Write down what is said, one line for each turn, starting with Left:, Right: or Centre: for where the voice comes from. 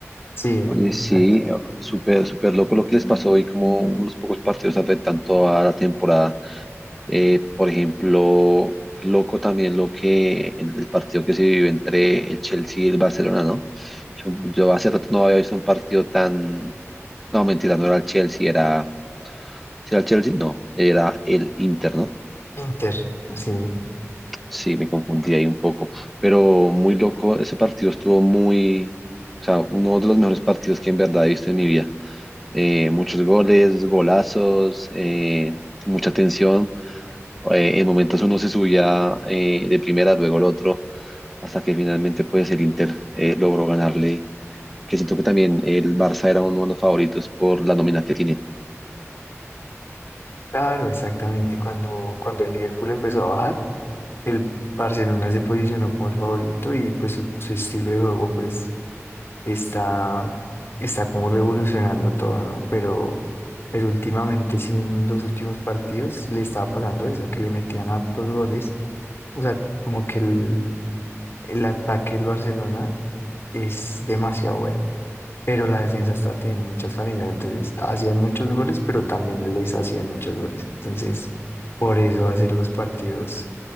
Left: Sí, exacto.
Centre: Oye, sí, súper, súper loco lo que les pasó y como unos pocos partidos afectan toda la temporada. Eh, por ejemplo, loco también lo que el, el partido que se vivió entre el Chelsea y el Barcelona, ¿no? Yo, yo hace rato no había visto un partido tan... No, mentira, no era el Chelsea, era... ¿sí era el Chelsea? No, era el Inter, ¿no?
Left: Inter, sí.
Centre: Sí, me confundí ahí un poco, pero muy loco, ese partido estuvo muy, o sea, uno de los mejores partidos que en verdad he visto en mi vida. Eh, muchos goles, golazos, eh, mucha tensión. Eh, en momentos uno se subía eh, de primera, luego el otro, hasta que finalmente pues el Inter eh, logró ganarle, que siento que también el Barça era uno de los favoritos por la nómina que tiene.
Left: Claro, exactamente. Cuando, cuando el Liverpool empezó a bajar. El Barcelona se posicionó como el favorito y pues su, su estilo de juego pues está, está como revolucionando todo, ¿no? Pero, pero últimamente sí en los últimos partidos le estaba pasando eso, que le metían hartos goles. O sea, como que el, el ataque del Barcelona es demasiado bueno, pero la defensa está teniendo muchas falencias. Entonces hacían muchos goles, pero también les hacían muchos goles. Entonces, por eso hacer los partidos,